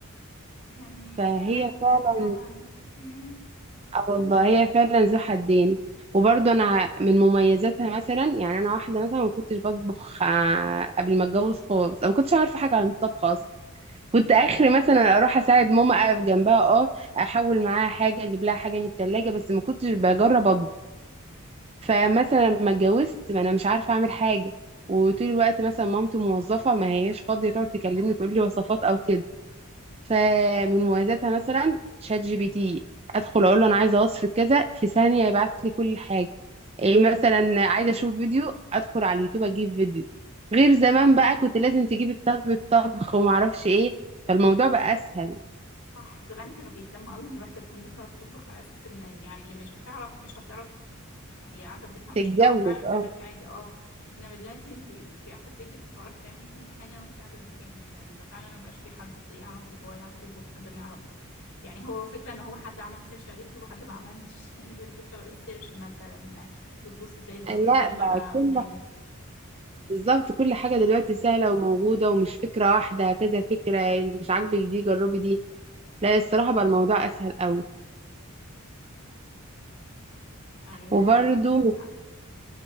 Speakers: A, on the left; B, on the right.
A: يعني
B: فهي
A: ربنا
B: فعلا
A: يسترها معانا مم.
B: اه والله هي فعلا ذو حدين وبرضه انا ع- من مميزاتها مثلا يعني انا واحده مثلا ما كنتش بطبخ آه، قبل ما اتجوز خالص أنا ما كنتش عارفه حاجه عن الطبخ اصلا كنت اخري مثلا اروح اساعد ماما اقف جنبها اه احول معاها حاجه اجيب لها حاجه من التلاجة بس ما كنتش بجرب اطبخ فمثلا لما اتجوزت ما انا مش عارفه اعمل حاجه وطول الوقت مثلا مامتي موظفه ما هياش فاضيه تقعد تكلمني تقول لي وصفات او كده فمن مميزاتها مثلا شات جي بي تي ادخل اقول له انا عايزه وصف كذا في ثانيه يبعت لي كل حاجه ايه مثلا عايزه اشوف فيديو ادخل على اليوتيوب اجيب فيديو غير زمان بقى كنت لازم تجيب الطبخ الطبخ وما اعرفش ايه فالموضوع بقى اسهل
A: صح زمان كانوا بيهتموا قوي ان الواحده تكون بتعرف تطبخ على اساس ان يعني اللي مش بتعرف مش هتعرف هي قاعده في بيتها مش
B: تتجوز
A: هتعرف فعلا تعمل
B: اه
A: حاجه اه انما دلوقتي انت بتبقي قاعده في بيتك وبتعرفي تعملي كل حاجه وانت قاعده مكانك يعني ففعلا ما بقاش في حد بيعرف اللي هو يعرف يطبخ حد ما يعرفش يعني هو فكرة ان هو حد عمل سيرش على اليوتيوب وحد ما عملش <laughs> الفكرة بقت سيرش مثلا وتبصي تلاقي الوصفات
B: لا
A: كلها
B: بقى كل
A: قدامك
B: بالظبط كل حاجه
A: مم.
B: دلوقتي سهله وموجوده ومش فكره واحده كذا فكره مش عاجبك دي جربي دي لا الصراحه بقى الموضوع اسهل قوي
A: ايوه
B: وبرده
A: فعلا عندك حق